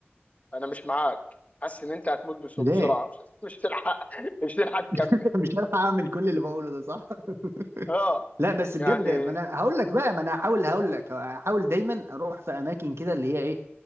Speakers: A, on the left (about 35°); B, on the right (about 80°).
A: انا مش معاك حاسس ان انت هتموت بس-
B: ليه
A: بسرعه مش مش هتلحق <laughs> مش هتلحق تكمل
B: <laughs> مش عارف اعمل كل اللي بقوله ده صح <laughs>
A: اه
B: لا بس
A: يعني
B: بجد ما انا هقول لك بقى ما انا هحاول هقول لك هحاول دايما اروح في اماكن كده اللي هي ايه